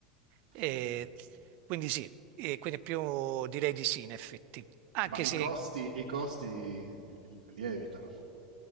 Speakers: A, on the right (about 50°); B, on the right (about 70°).
A: E
B: sì.
A: quindi sì, e quindi più direi di sì in effetti, anche
B: Ma i
A: se,
B: Diciamo costi, che i che costi lievitano.